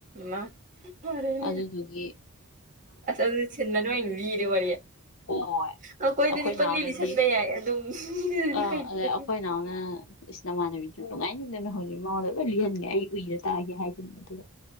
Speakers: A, on the right (about 35°); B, on the left (about 65°).
A: ꯃꯥ ꯐꯔꯦꯅꯦ
B: ꯑꯗꯨꯗꯨꯒꯤ
A: ꯑꯁ ꯑꯗꯨ ꯁꯤꯕꯅ ꯑꯣꯏꯅ ꯂꯤꯔꯦ ꯋꯥꯔꯤ
B: ꯍ ꯑꯩꯈꯣꯏ
A: ꯑꯩꯈꯣꯏꯗꯗꯤ ꯄꯪꯂꯤ
B: ꯏꯅꯥꯎꯅꯗꯤ
A: ꯂꯤꯁꯟꯕ ꯌꯥꯏ ꯑꯗꯨꯝ ꯃꯤꯗꯨꯗꯤ
B: ꯑ
A: ꯀꯩ ꯂꯤꯁꯟ
B: ꯑꯗꯩ ꯑꯩꯈꯣꯏ ꯏꯅꯥꯎꯅ ꯏꯅꯃꯥꯟꯅꯕꯤꯅꯤ ꯁꯨꯝ ꯅꯨꯡꯉꯥꯏꯅꯤꯗꯅ ꯍꯧꯖꯤꯛ ꯃꯉꯣꯟꯗ ꯂꯣꯏ ꯂꯤꯍꯟꯒꯦ ꯑꯩ ꯎꯏꯔ ꯇꯥꯒꯦ ꯍꯥꯏꯈꯤꯕꯅꯤ ꯑꯗꯨꯒ